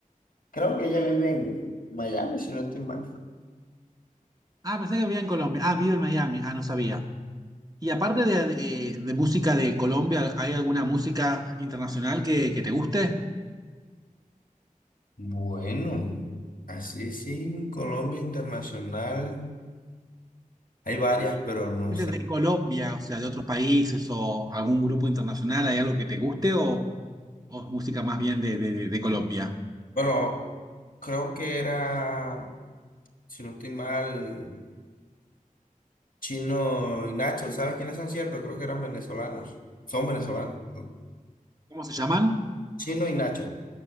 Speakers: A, on the left; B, on the right.
A: creo que ella vive en Miami, si no estoy mal.
B: Ah, pensé que vivía en Colombia. Ah, vive en Miami. Ah, no sabía. Y aparte de, de- de música de Colombia, ¿hay alguna música internacional que, que te guste?
A: Bueno, así sí, en Colombia Internacional hay varias, pero no
B: Gente
A: sé.
B: De Colombia, o sea, de otros países o algún grupo internacional, ¿hay algo que te guste o, o es música más bien de de- de Colombia?
A: Bueno, creo que era, si no estoy mal, Chino y Nacho. ¿Sabes quiénes son ciertos? Creo que eran venezolanos. Son venezolanos, ¿no?
B: ¿Cómo se llaman?
A: Chino y Nacho,